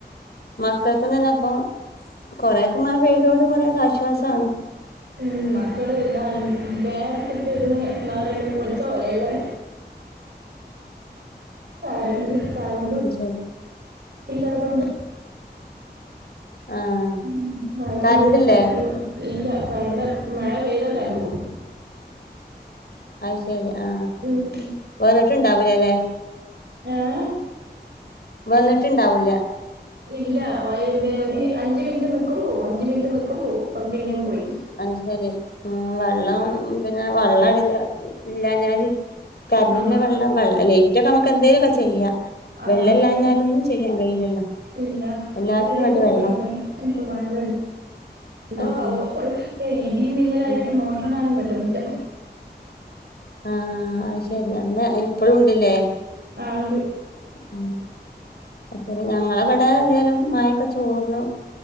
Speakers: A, on the left; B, on the right.
A: മക്കക്കും തന്നെ അപ്പൊ കൊറെേക്കെ മഴ പെയ്തതോണ്ട് കുറെയൊക്കെ ആശ്വാസാണ്
B: ഉം മക്കള് ഞാൻ വേർത്തിട്ട് ഇടുന്നെ എന്താ പറയണ്ട കുളിച്ച പോലെയള്ളേ കരഞ്ഞു കണ്ടു
A: പിശാജ്
B: പ്പീല്ലാതോണ്ട്
A: ആഹ്
B: ഉം മഴ
A: കറണ്ടില്ലേ
B: പെയ്യണേ കണ്ടു ഇല്ല പറീമ്പോ മഴ പെയ്താ കറണ്ട് പോവും
A: അയ് ശരി ആ
B: ഉം
A: വന്നിട്ട്ണ്ടാവൂലല്ലെ?
B: ആ
A: വന്നിട്ടുണ്ടാവൂല്ല
B: ഇല്ല വൈ ഒരു അഞ്ചു മിനിറ്റ്നിക്കും പോവും അഞ്ചു മിനിറ്റ് നിക്കും പോവും ഇപ്പോ പിന്നെയും പോയി
A: അത്ശരി ഉം. വള്ളം പിന്നെ വള്ളം ഇല്ലാഞ്ഞാല്. കറന്റിന്റെ
B: ആഹ്
A: വെള്ളം. വെള്ള ലെയ്റ്റ് ഒക്കെ നമുക്ക് എന്തേലൊക്കെ ചെയ്യാ.
B: അതാ
A: വെള്ളം
B: പറയുന്നെ
A: ഇല്ലാഞ്ഞാലൊന്നും ചെയ്യാൻ കയ്യൂലല്ലോ.
B: ഇല്ല
A: എല്ലാത്തിനും
B: ഒരേ
A: വേണ്ടെ
B: പോക്കായിരുന്നു
A: വെള്ളം.
B: ഇനിപ്പോ വെള്ളം ഇണ്ടോ
A: ആഹ്
B: ആവോ. ഇടിയും മിന്നലായിട്ട്
A: ഉം
B: മോട്ടറ് ഇടാനും പറ്റുന്നില്ല.
A: ആ അത് ശെരി. അന്ന് ഇപ്പഴും ഇണ്ട്ലെ.
B: ആഹ് ഉണ്ട്
A: ഉം അത്അരി. ഞങ്ങളവിടെ ഏതായാലും മഴൊക്കെ ചോർന്നു.